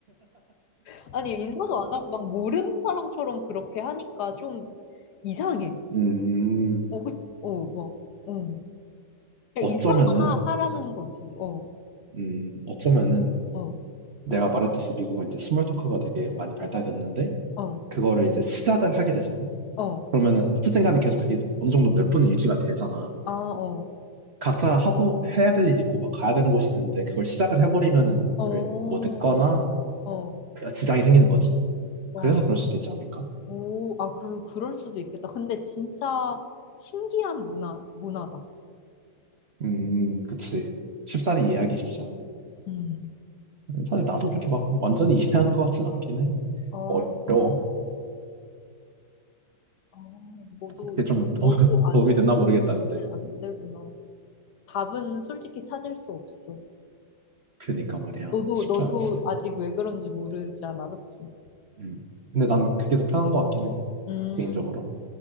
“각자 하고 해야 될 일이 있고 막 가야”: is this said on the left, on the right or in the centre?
Right